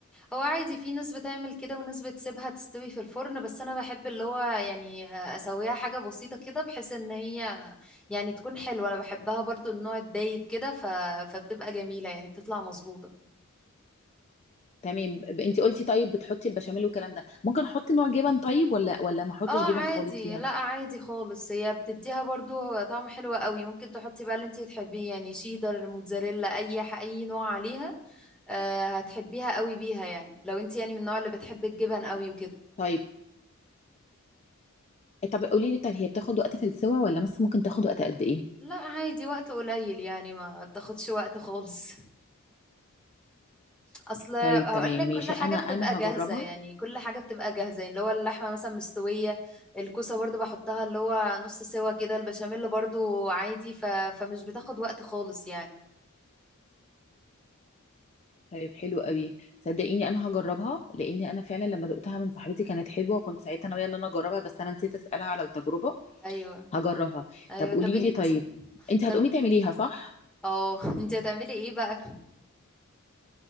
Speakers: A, in the centre; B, on the left.
A: هو عادي في ناس بتعمل كده وناس بتسيبها تستوي في الفرن بس انا بحب اللي هو يعني اسويها حاجة بسيطة كده بحيث ان هي يعني تكون حلوة انا بحبها برضو النوع الدايب كده ف... فبتبقى جميلة يعني بتطلع مظبوطة
B: تمام ب- انتي قلتي طيب بتحطي البشاميل والكلام ده ممكن احط نوع جبن طيب ولا ولا ما احطش
A: اه
B: جبن
A: عادي
B: خالص فيها
A: لا عادي خالص هي بتديها برضو طعم حلو قوي ممكن تحطي بقى اللي انتي بتحبيه يعني شيدر موتزاريلا اي ح- اي نوع عليها آه هتحبيها قوي بيها يعني لو انتي يعني من النوع اللي بتحب الجبن قوي وكده
B: طيب طب قولي لي طب هي بتاخد وقت في السوا ولا مثلا ممكن تاخد وقت قد ايه
A: لا عادي وقت قليل يعني ما بتاخدش وقت خالص اصل هقول
B: طيب تمام
A: لك
B: ماشي
A: كل حاجه
B: انا
A: بتبقى
B: انا
A: جاهزه
B: هجربها
A: يعني كل حاجه بتبقى جاهزه يعني اللي هو اللحمه مثلا مستويه الكوسه برضو بحطها اللي هو نص سوا كده البشاميل برضو عادي ف... فمش بتاخد وقت خالص يعني
B: طيب حلو قوي صدقيني انا هجربها لاني انا فعلا لما دقتها من صاحبتي كانت حلوه وكنت ساعتها ناويه ان انا اجربها بس انا نسيت اسالها على التجربه
A: ايوه
B: هجربها
A: ايوه
B: طب قولي
A: طب انت
B: لي طيب انت هتقومي
A: طب
B: تعمليها صح
A: اه <laughs> انت هتعملي ايه بقى